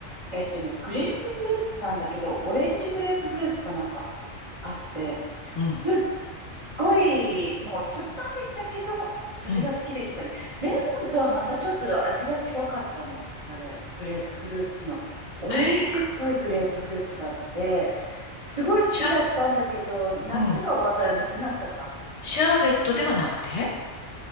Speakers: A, on the right (about 35°); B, on the left (about 70°).
A: えっとね、グレープフルーツなんだけど、オレンジグレープフルーツかなんかあって、
B: うん、
A: すっごい、もう酸っぱいんだけど、それが好きでしたね。
B: うん。
A: レモンとはまたちょっと味が違かったの。あれ、グレープフルーツの、オレンジっぽいグレープフルーツがあって、
B: えー、く
A: すごい好きだったんだけど、
B: シャ、
A: 夏が終わったらなくなっちゃったん
B: うん。シャーベットではなくて、
A: ですよね。